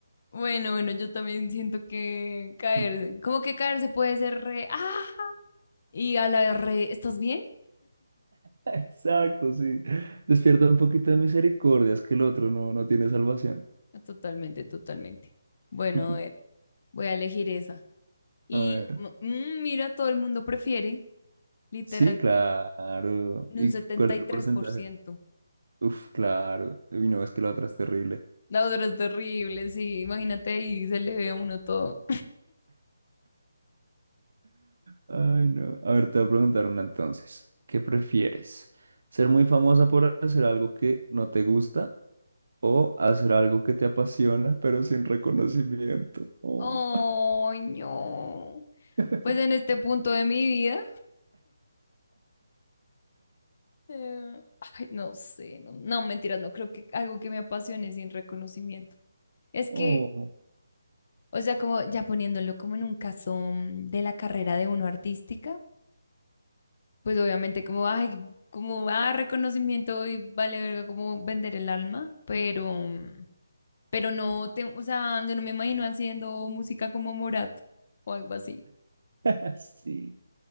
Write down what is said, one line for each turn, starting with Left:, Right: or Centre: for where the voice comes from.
Left: Bueno, bueno, yo también siento que
Right: <laughs>
Left: caerse, como que caerse puede ser re, ah, y a la re, ¿estás bien?
Right: Exacto, sí. Despierta un poquito de misericordia, es que el otro no, no tiene salvación.
Left: Totalmente, totalmente. Bueno,
Right: <laughs>
Left: a ver, voy a elegir esa. Y
Right: A ver.
Left: mm, mm, mira, todo el mundo prefiere, literal,
Right: Sí, claro.
Left: en
Right: ¿Y
Left: un setenta
Right: cuál es
Left: y
Right: el
Left: tres
Right: porcentaje?
Left: por ciento
Right: Uf, claro. Uy, no, es que la otra es terrible.
Left: La otra es terrible, sí, imagínate ahí, se le ve a uno todo.
Right: Ay, no. A ver, te voy a preguntar una entonces. ¿Qué prefieres? ¿Ser muy famosa por hacer algo que no te gusta o hacer algo que te apasiona pero sin reconocimiento? Oh,
Left: ¡Ay, no!
Right: <laughs>
Left: Pues en este punto de mi vida, eh, ay, no sé, no, no, mentiras, no creo que algo que me apasione sin reconocimiento. Es
Right: oh,
Left: que, o sea, como ya poniéndolo como en un caso mm, de la carrera de uno artística, pues obviamente como, ay, como, ah, reconocimiento y vale verga como vender el alma, pero, mm, pero no, te, o sea, yo no me imagino haciendo música como Morato o algo así.
Right: <laughs> sí.